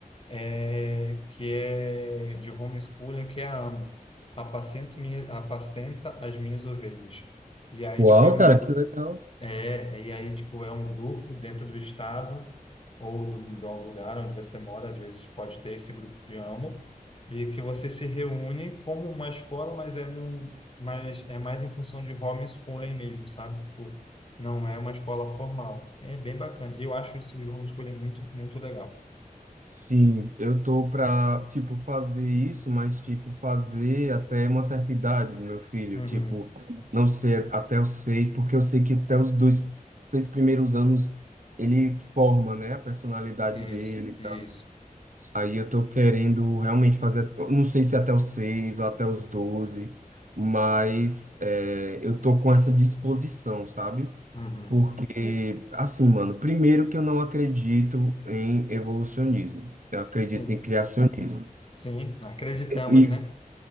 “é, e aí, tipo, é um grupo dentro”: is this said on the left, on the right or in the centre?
Left